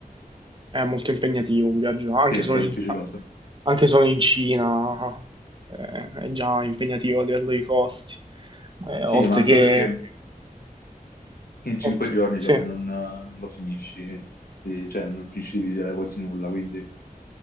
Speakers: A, on the right; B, on the left.
A: È molto impegnativo un viaggio, anche
B: sì, un
A: solo
B: po' difficiloso.
A: in, anche solo in Cina, eh, è già impegnativo a livello di costi eh,
B: Sì,
A: oltre
B: ma anche
A: che
B: perché in cinque
A: Oltre-
B: giorni
A: Sì,
B: so che non, non lo finisci, eh, cioè non finisci di visitare quasi nulla, quindi